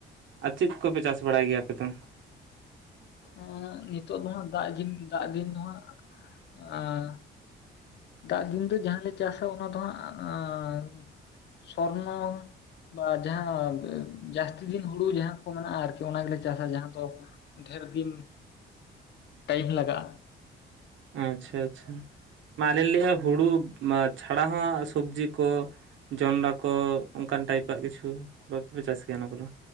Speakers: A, on the right (about 75°); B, on the left (about 60°).
A: ᱟᱨ ᱪᱮᱫ ᱠᱚᱯᱮ ᱪᱟᱥ ᱵᱟᱲᱟᱭ ᱜᱮᱭᱟ ᱟᱯᱮ ᱫᱚ?
B: ᱮᱸ ᱱᱤᱛᱚᱜ ᱫᱚ ᱦᱟᱜ ᱫᱟᱜ ᱫᱤᱱ ᱫᱟᱜ ᱫᱤᱱ ᱫᱚ ᱦᱟᱸᱜ ᱮᱸ᱾ ᱫᱟᱜ ᱫᱤᱱ ᱫᱚ ᱡᱟᱦᱟᱸ ᱞᱮ ᱪᱟᱥᱟ ᱚᱱᱟ ᱫᱚ ᱦᱟᱸᱜ ᱥᱚᱨᱱᱚ᱾ ᱵᱟ ᱡᱟᱦᱟᱸ ᱡᱟᱥᱛᱤ ᱫᱤᱱ ᱦᱩᱲᱩ ᱡᱟᱦᱟᱸ ᱠᱚ ᱢᱮᱱᱟᱜᱼᱟ ᱟᱨᱠᱤ ᱚᱱᱟ ᱜᱮᱞᱮ ᱪᱟᱥᱟ ᱡᱟᱦᱟᱸ ᱫᱚᱼᱼ ᱰᱷᱮᱨ ᱫᱤᱱ ᱴᱟᱭᱤᱢ ᱞᱟᱜᱟᱜᱼᱟ᱾
A: ᱟᱪᱪᱷᱟ ᱟᱪᱪᱷᱟ᱾ ᱢᱟᱞᱮ ᱞᱟᱹᱭᱮ ᱦᱩᱲᱩ ᱪᱷᱟᱲᱟ ᱦᱚᱸ ᱥᱚᱵᱽᱡᱤ ᱠᱚᱼᱼ ᱡᱚᱱᱰᱟ ᱠᱚ ᱚᱱᱠᱟᱱ ᱴᱟᱭᱤᱯᱟᱜ ᱠᱤᱪᱷᱩ ᱵᱟᱯᱮ ᱪᱟᱥ ᱜᱮᱭᱟ ᱚᱱᱟ ᱠᱚᱫᱚ?